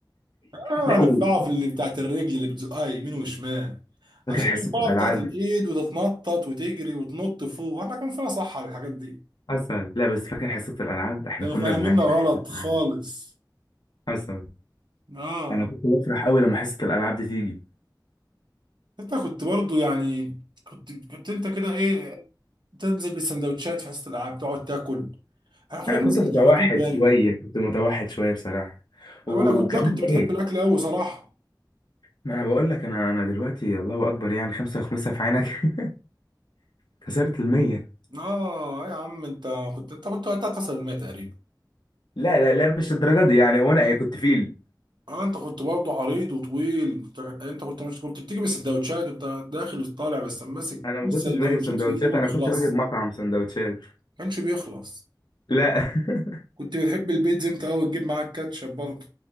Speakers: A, on the right (about 80°); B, on the left (about 70°).
A: هنفقعه
B: لا و...
A: في اللي بتاعت الرجل اللي بتزقها يمين وشمال
B: فاكر
A: عشان
B: حصة
A: النفاعة
B: الالعاب
A: بتاعت الايد وتتنطط وتجري وتنط فوق واحنا كان فينا صح على الحاجات دي
B: حصل لا بس فاكر حصة الالعاب احنا
A: كانوا
B: كنا
A: فاهميننا
B: بنعشق
A: غلط
B: حصة
A: خالص
B: الألعاب. حصل
A: اه
B: انا كنت بفرح قوي لما حصة الالعاب دي تيجي
A: انت كنت برضو يعني كنت كنت انت كده ايه تنزل بالسندوتشات في حصة الالعاب تقعد تاكل احنا كنا
B: انا
A: ننزل
B: كنت متوحد
A: على طول جاري
B: شويه كنت متوحد شويه بصراحه و-
A: انا ولا كنت
B: وكمان
A: لا كنت بتحب
B: ايه
A: الاكل قوي صراحة
B: ما انا بقول لك انا انا دلوقتي الله اكبر يعني خمسة وخمسة في عينك <laughs> كسرت المية
A: اه يا عم انت كنت انت كنت وقتها كسر الماء تقريبا
B: لا لا لا مش الدرجه دي يعني هو انا ايه كنت فيل
A: اه انت كنت برضه عريض وطويل انت أنت كنت مش كنت بتيجي بالسندوتشات انت داخل وطالع بس ماسك
B: انا ما
A: السندوتشات
B: كنتش باجي بسندوتشات
A: في ايدك ما
B: انا
A: بيخلص
B: كنت باجي بمطعم
A: ما
B: سندوتشات
A: كانش بيخلص
B: لا <laughs>
A: كنت بتحب البيتزا انت قوي تجيب معاك كاتشب برضه